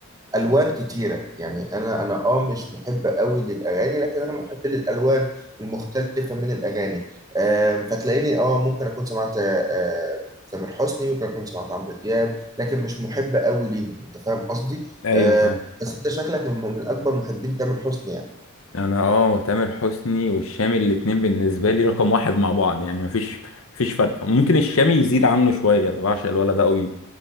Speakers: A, on the right; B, on the left.
A: الوان كتيره يعني انا انا اه مش محب قوي للاغاني لكن انا محب للالوان المختلفه من الاغاني آم، فتلاقيني اه ممكن اكون سمعت آه، تامر حسني ممكن اكون سمعت عمرو دياب لكن مش محب قوي ليهم انت فاهم قصدي
B: ايوه
A: آه،
B: فاهم
A: بس انت شكلك من من اكبر محبين تامر حسني يعني
B: انا اه تامر حسني والشامي الاتنين بالنسبة لي رقم واحد مع بعض يعني مفيش مفيش فرق ممكن الشامي يزيد عنه شوية انا بعشق الولد ده قوي